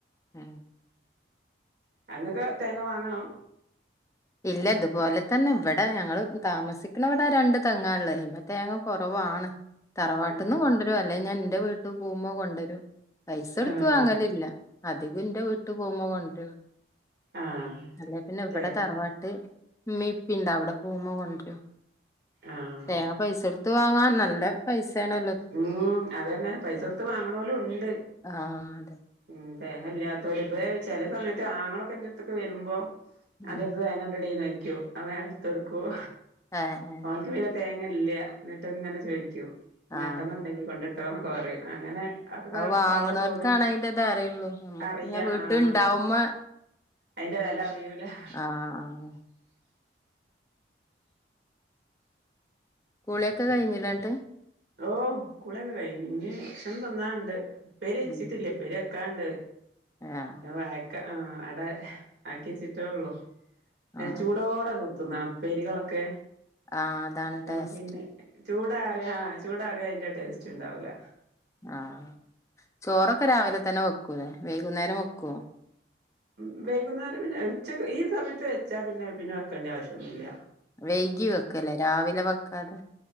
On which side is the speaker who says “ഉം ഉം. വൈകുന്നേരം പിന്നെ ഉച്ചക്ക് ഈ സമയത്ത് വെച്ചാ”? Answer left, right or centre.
Right